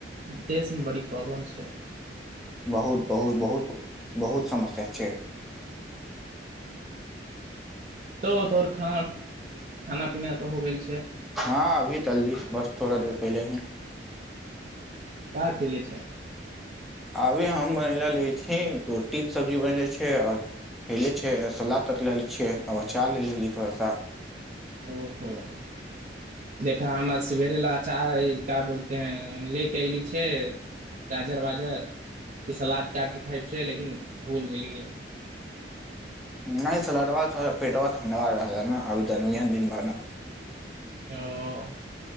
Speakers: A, on the right (about 45°); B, in the centre.
A: देशमे बड़ी प्रॉब्लम छै
B: बहुत बहुत बहुत बहुत समस्या छै
A: तो तोहर खाना खाना पीना तऽ हो गेल छै
B: हँ अभी तली बस थोड़ा देर पहिले ही
A: का खेलय छै
B: आभी हम बनेले ले छी रोटी सब्जी बनेले छी ले आ खयले छियै सलाद काट लेल छियै अब अचार ले लेली थोड़ सा
A: ओहो देखा हमर सवेरे लए अचार का बोलते हैं ले कऽ अयली छै गाजर वाजर कि सलाद काटिके खायब छै लेकिन भूल गेलियै
B: नहि सलदबा से थोड़ा पेटबा ठण्डबा रहलै न अभी गर्मीया दिन बा ने
A: ओ